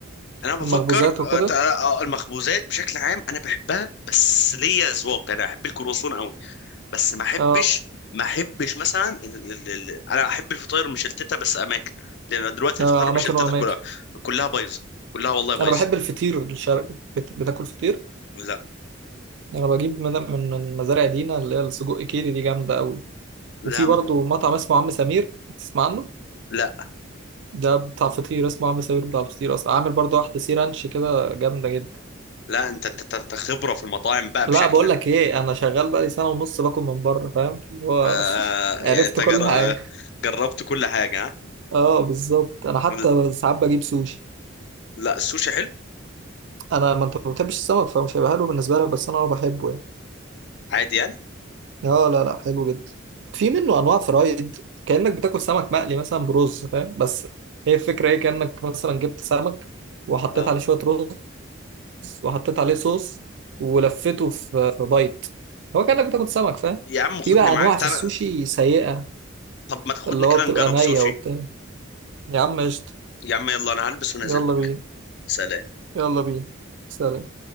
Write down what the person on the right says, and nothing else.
المخبوزات
وكده
اه
آه
اماكن
واماكن
انا بحب الفطير الشرقي بت- بتاكل فطير
انا بجيب من من من مزارع دينا اللي هي السجق كيري دي جامده قوي
وفي برضو
مطعم اسمه عم سمير تسمع عنه
ده بتاع فطير اسمه عم سمير بتاع فطير اصلا عامل برضو واحده سي رانش كده جامده جدا
لا
بقول لك ايه انا شغال بقالي سنه ونص باكل من بره فاهم اللي هو
<laughs>
عرفت
كل حاجه
اه بالظبط انا حتى
ساعات بجيب سوشي
انا ما انت ما بتحبش السمك فمش هيبقى حلو بالنسبه لك بس انا بحبه يعني.
اه لا لا حلو جدا في منه انواع فرايد كانك بتاكل سمك مقلي مثلا برز فاهم بس هي الفكره ايه كانك مثلا جبت سمك وحطيت
عليه شويه رز وحطيت عليه صوص ولفيته في في بايت هو كانك بتاكل سمك فاهم
في
بقى
انواع
في السوشي سيئه
اللي
هو بتبقى
نيه
وبتاع يا عم قشطه
يلا
بينا
يلا بينا سلام